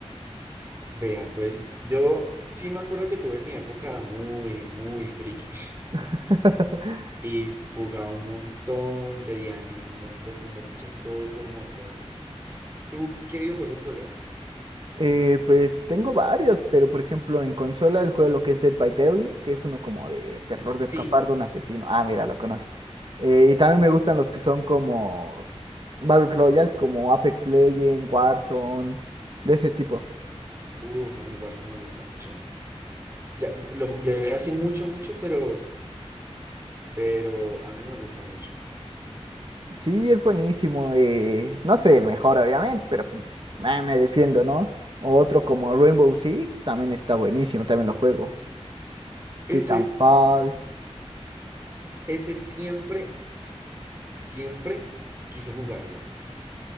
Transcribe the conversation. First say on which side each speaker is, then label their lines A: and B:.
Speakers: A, on the right; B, on the right.
A: Vea, pues yo sí me acuerdo que tuve mi época muy, muy friki
B: <laughs>
A: <laughs> y jugaba un montón, veía anime un montón, mejor dicho, todo por montones. ¿Tú qué videojuegos juegas?
B: Eh, pues tengo varios, pero por ejemplo en consola el juego lo que es Dead by Daylight, que es uno como de terror de escapar
A: Sí,
B: de un asesino. Ah, mira, lo conoces. Eh, y también me gustan los que son como Battle Royale, como Apex Legends, Warzone, de ese tipo.
A: uff, a mí Warzone me gusta mucho. Ya lo jugué hace mucho, mucho, pero, pero a mí me gusta mucho.
B: Sí, es buenísimo. eh, no soy el mejor, obviamente, pero pues eh, me defiendo, ¿no? O otro como Rainbow Six también está buenísimo, también lo juego.
A: Ese,
B: Titanfall,
A: ese siempre, siempre quise jugarlo.